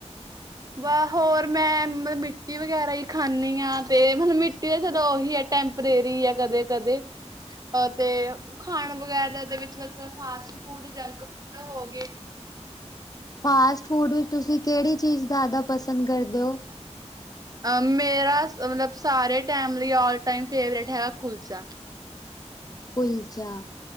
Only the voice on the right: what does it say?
ਵਾ ਹੋਰ ਮੈਂ ਮਿੱਟੀ ਵਗੈਰਾ ਈ ਖਾਨੀ ਆ ਤੇ ਬੱਸ ਮਿੱਟੀ ਤਾ ਚਲੋ ਓਹੀ ਆ ਟੈਮ ਪ੍ਰੇਰੀ ਐ ਕਦੇ-ਕਦੇ। ਤੇ ਖਾਣ ਵਗੈਰਾ ਦੇ ਵਿੱਚ ਬਸ ਫਾਸਟ ਫੂਡ, ਜੰਕ ਫੂਡ ਹੋਗੇ।
ਮੇਰਾ ਮਲਬ ਸਾਰੇ ਟੈਮ ਲਈ ਆਲ ਟਾਈਮ ਫੇਵਰੇਟ ਹੈ ਕੁਲਚਾ।